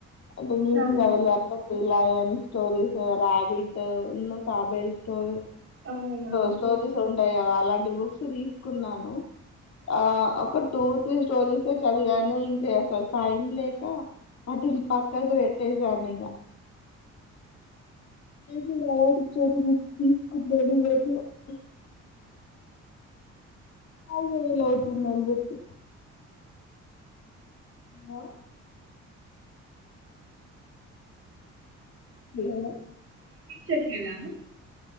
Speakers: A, on the left; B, on the right.
A: అంటే నీతి
B: అవును
A: కాధలు అట్లన్ దిలయన్ స్టోరీస్ రాబిట్ ఉన్ను తాబేల్ స్టోరీ
B: అవునా
A: స్టోరీస్ ఉంటాయి కదా అలాంటి బుక్స్ తీసుకున్నాను ఆ ఒక టూ త్రీ స్టోరీస్ ఏ చదివాను ఇంక అసలు టైం లేక వాటిని పక్కకు పెట్టేేశాను ఇగ <unintelligible> అదే ఇలా అవుతుందనీ చెప్పి హ హలో
B: వినిపించట్లేదా